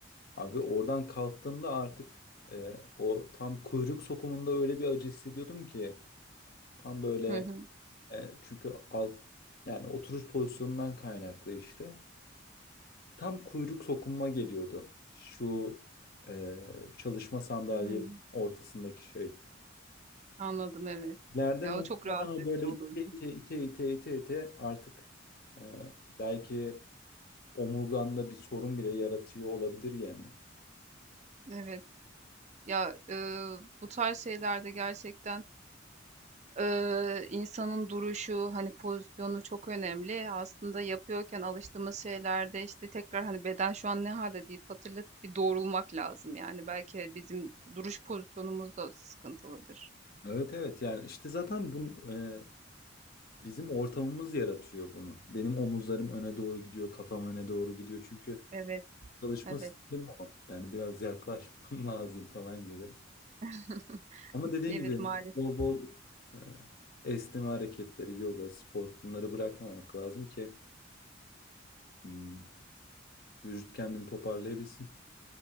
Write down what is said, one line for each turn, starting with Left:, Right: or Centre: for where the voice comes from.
Left: Abi oradan kalktığımda artık e, o tam kuyruk sokumunda öyle bir acı hissediyordum ki tam böyle
Right: Hı hı.
Left: e, çünkü alt yani oturuş pozisyonundan kaynaklı işte. Tam kuyruk sokunma geliyordu. Şu e, çalışma sandalyenin
Right: Hmm,
Left: ortasındaki şey.
Right: Anladım evet.
Left: Yerde
Right: Ya
Left: muhtemelen
Right: o çok rahatsız
Left: o
Right: edici
Left: böyle
Right: olurdu.
Left: ite ite ite ite ite ite artık e, belki omurganda bir sorun bile yaratıyor olabilir yani.
Right: Evet. Ya e, bu tarz şeylerde gerçekten Eee, insanın duruşu, hani, pozisyonu çok önemli. Aslında yapıyorken alıştığımız şeylerde, işte, tekrar, hani, "Beden şu an ne halde deyip hatırlatıp bir doğrulmak lazım, yani. Belki bizim duruş pozisyonumuz da sıkıntılıdır.
Left: Evet evet yani işte zaten bu e, Bizim ortamımız yaratıyor bunu. Benim omuzlarım öne doğru gidiyor, kafam öne doğru gidiyor. Çünkü
Right: Evet,
Left: çalışma
Right: evet.
Left: stilim o. Yani biraz yaklaşmam <laughs> lazım falan gibi.
Right: <laughs>
Left: Ama dediğin
Right: Evet,
Left: gibi
Right: maalesef,
Left: bol bol e, esneme hareketleri, yoga, spor bunları bırakmamak lazım ki hmm, vücut kendini toparlayabilsin.